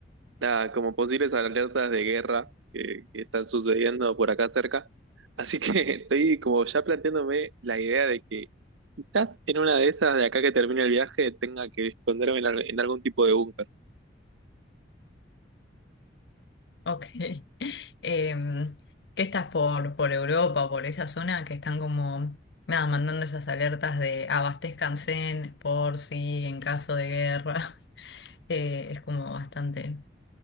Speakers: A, on the right (about 85°); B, on the left (about 65°).
A: nada, como posibles alertas de guerra que, que están sucediendo por acá cerca. Así que <laughs> estoy como ya planteándome la idea de que quizás en una de esas de acá que termine el viaje tenga que esconderme en, al- en algún tipo de búnker.
B: Ok. <laughs> Em, ¿qué estás por, por Europa, por esa zona que están como, nada, mandando esas alertas de abastezcanse por si en caso de guerra? <laughs> Eh, es como bastante